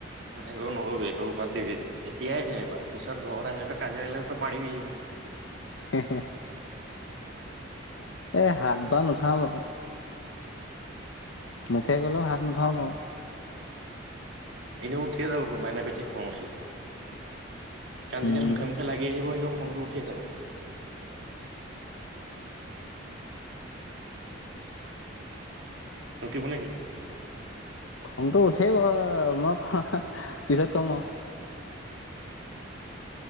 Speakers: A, on the right; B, on the left.
A: সেইবোৰ নকবি সেইবোৰ বাদ দিবি এতিয়াই তেনেকুৱা পিছত ঘৰত আহিলো কাজিয়া আহিল তো মাৰিবিনো।
B: <unintelligible> এ হাত বাৰ নুঠাও বাৰু। মুখে ক'লেও হাত নুঠাও বাৰু।
A: এনেও উঠিয়ে যাব কোনোবাদিনা বেছি খং উঠিলে। কাৰণ
B: উম
A: যেতিয়া মুখে মুখে লাগি আহিব এনেও খংটো উঠিয়ে যাব। নুঠিব নেকি? <inaudible>
B: খংটো উঠেই বাৰু, মই পিছত কম আৰু